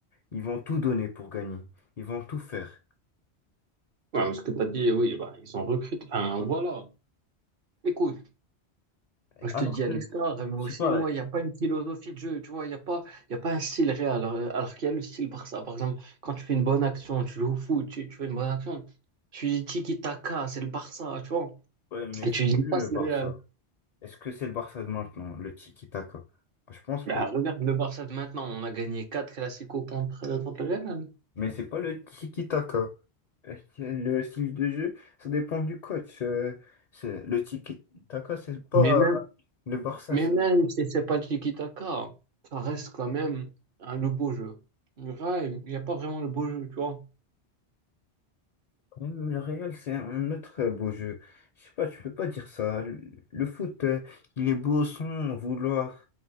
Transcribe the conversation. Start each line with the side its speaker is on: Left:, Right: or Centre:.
Left: ils vont tout donner pour gagner. Ils vont tout faire.
Right: Ouais, mais ce que tu as dit, oui, bah, ils ont recruté, enfin, voilà. Écoute, Je
Left: Alors
Right: te dis,
Left: que,
Right: Alistar,
Left: je
Right: mais aussi,
Left: sais pas,
Right: moi, il n'y a pas une philosophie de jeu, tu vois, il n'y a pas, il y a pas un style réel, euh, alors qu'il y a le style Barça. Par exemple, quand tu fais une bonne action, tu joues au foot, tu, tu fais une bonne action, tu dis tiki-taka, c'est le Barça, tu vois,
Left: ouais, mais
Right: et
Left: c'est
Right: tu dis
Left: plus
Right: pas
Left: le
Right: c'est
Left: Barça.
Right: le Real.
Left: Est-ce que c'est le Barça de maintenant, le tiki-taka? Je pense
Right: Bah,
Left: pas.
Right: regarde le Barça de maintenant, on a gagné 4 Clasico contre, euh, contre le Real.
Left: Mais c'est pas le tiki-taka. <laughs> Euh, Le style de jeu, ça dépend du coach. Euh, c'est- le tiki-taka, c'est pas
Right: Mais même,
Left: euh, le Barça,
Right: mais
Left: c'est
Right: même si c'est pas tiki-taka, ça reste quand même hein, le beau jeu. Le Real, il n'y a pas vraiment le beau jeu, tu vois.
Left: même le Real, c'est un autre euh, beau jeu. Je sais pas, tu peux pas dire ça. Le, le foot, euh, il est beau sans vouloir,